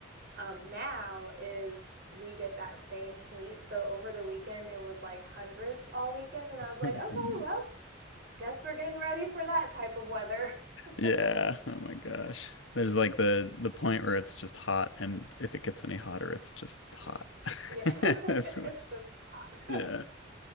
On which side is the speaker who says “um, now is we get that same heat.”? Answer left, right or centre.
Right